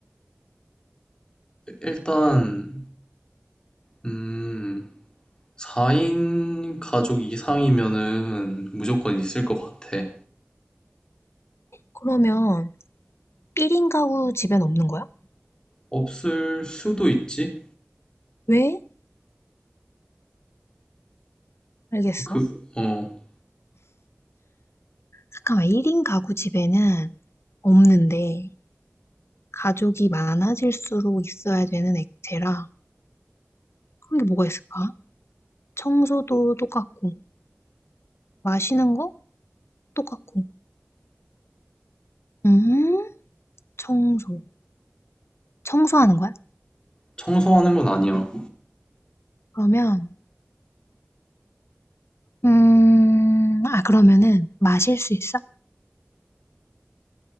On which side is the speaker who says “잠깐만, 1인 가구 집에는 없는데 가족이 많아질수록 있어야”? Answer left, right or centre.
Left